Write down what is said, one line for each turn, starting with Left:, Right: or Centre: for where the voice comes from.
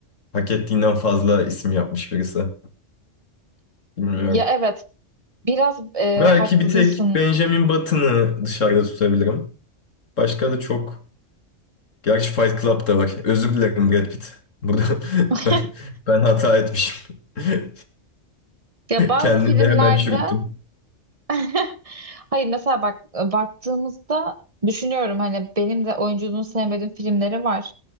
Left: hak ettiğinden fazla isim yapmış birisi. Bilmiyorum.
Right: Ya evet, biraz e,
Left: Belki
Right: haklısın.
Left: bir tek Benjamin Button'ı dışarıda tutabilirim. Başka da çok. Gerçi Fight Club da var. Özür dilerim Brad Pitt. Burada <laughs>
Right: <laughs>
Left: ben, ben hata etmişim. <laughs>
Right: Ya bazı
Left: Kendimi
Right: filmlerde
Left: hemen çürüttüm.
Right: <laughs> hayır mesela bak baktığımızda düşünüyorum hani benim de oyunculuğunu sevmediğim filmleri var.